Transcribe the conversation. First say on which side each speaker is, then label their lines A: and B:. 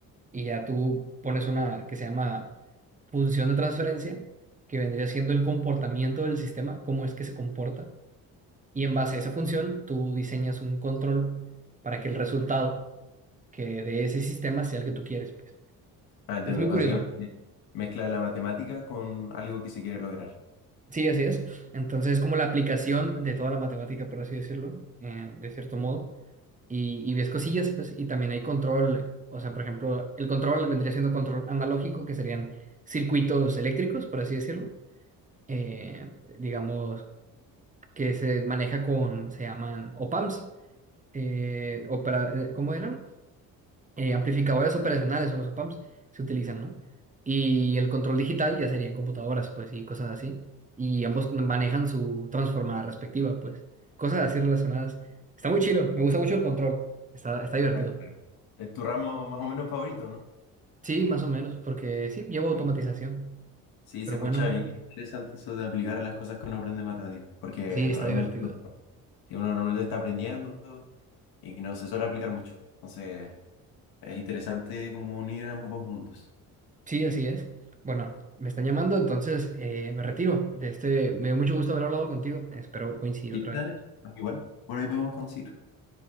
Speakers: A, on the right; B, on the left.
A: y ya tú pones una que se llama función de transferencia, que vendría siendo el comportamiento del sistema, cómo es que se comporta. Y en base a esa función, tú diseñas un control para que el resultado que de ese sistema sea el que tú quieres, pues.
B: Ah, entiendo.
A: Es muy
B: Básicamente
A: curioso.
B: mezcla la matemática con algo que se quiere lograr.
A: Sí, así es. Entonces es como la aplicación de toda la matemática, por así decirlo, eh, de cierto modo. Y, y ves cosillas, pues, y también hay control. O sea, por ejemplo, el control vendría siendo control analógico, que serían circuitos eléctricos, por así decirlo eh, digamos, que se maneja con, se llaman opamps eh, opera- eh, ¿cómo eran? Eh, amplificadores operacionales son los opamps se utilizan, ¿no? Y el control digital ya serían computadoras, pues, y cosas así. Y ambos manejan su transformada respectiva, pues. Cosas así relacionadas. Está muy chilo, me gusta mucho el control. Está, está divertido.
B: Ah, claro. Es tu ramo más o menos favorito, ¿no?
A: Sí, más o menos, porque sí, llevo automatización.
B: Sí. Sí,
A: Pero
B: se escucha
A: bueno,
B: bien interesante eso de aplicar las cosas que uno aprende en matemáticas, porque
A: sí,
B: normalmente
A: está divertido.
B: no- si uno normalmente está aprendiendo y no se suele aplicar mucho. Entonces, es interesante como unir ambos mundos.
A: Sí, así es. Bueno, me están llamando, entonces eh, me retiro. De este, me dio mucho gusto haber hablado contigo. Espero coincidir
B: Sí,
A: otra
B: dale.
A: vez.
B: Igual, por ahí podemos conseguir.